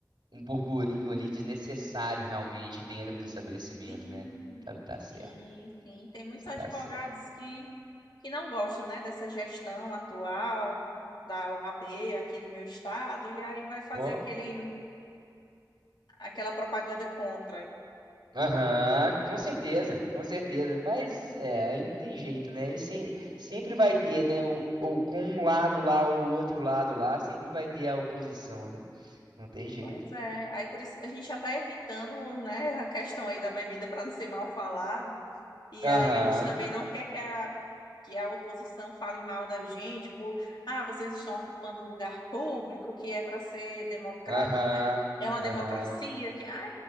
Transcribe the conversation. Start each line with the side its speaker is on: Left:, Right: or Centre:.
Right: um burburinho ali desnecessário realmente dentro do estabelecimento,
Left: Sim,
Right: né? Tá, tá certo,
Left: sim, sim. Tem muitos
Right: você
Left: advogados
Right: tá certo.
Left: que, que não gostam, né, dessa gestão atual da OAB aqui do meu estado, e aí vai fazer
Right: Ó,
Left: aquele, aquela propaganda contra.
Right: aham, com certeza, com certeza. Mas é, aí não tem jeito, né? Aí se- sempre vai ter, né? O, o, com um lado lá ou o outro lado lá, sempre vai ter a oposição, né? Não tem jeito.
Left: Pois é, aí por isso a gente já está evitando, né, a questão aí da bebida para não ser mal falado, e
Right: Aham.
Left: aí a gente também não quer que a que a oposição fale mal da gente por, ah, vocês estão ocupando um lugar público que é para ser democrático,
Right: Aham,
Left: é, é uma
Right: aham.
Left: democracia que, ah,